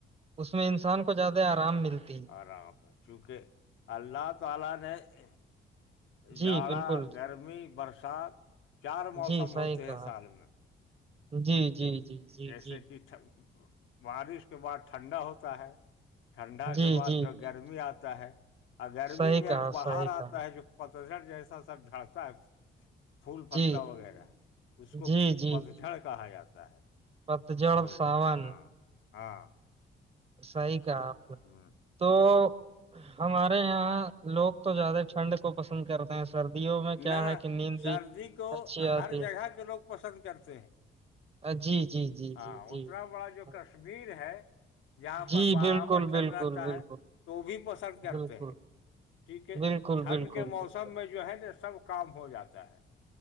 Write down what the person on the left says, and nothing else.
آراب <unintelligible>
جاڑا
گرمی برسات چار موسم
ہوتے
ہیں سال میں
جیسے
کہ بارش کے بعد ٹھنڈا ہوتا ہے ٹھنڈا
کے بعد
جو
گرمی آتا ہے اور گرمی
میں
ایک بہار
آتا
ہے جو پترٹ جیسا سب جاتتا ہے پھول پتا
وغیرہ اس
کو
پتجھڑ
کہا جاتا ہے
تو ہو
گی ہاں ہاں
<unintelligible>
نہ ن
سردی
کو
ہر جگہ کے لوگ پسند کرتے ہیں
ہاں
اتنا بڑا جو
کشمیر ہے جاں
پر برابر
ٹھنڈ
رہتا
ہے تو بھی پسند کرتے
ہیں ٹھیک ہے
ٹھنڈ
کے موسم
میں جو ہے نا سب کام ہو جاتا ہے